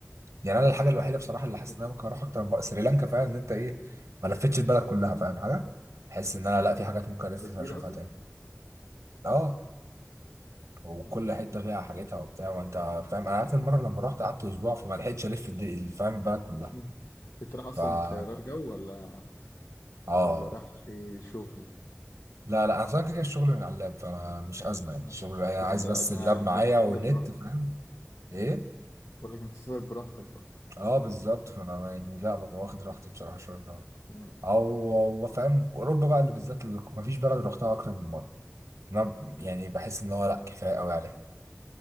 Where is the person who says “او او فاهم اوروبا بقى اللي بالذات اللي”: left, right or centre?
Right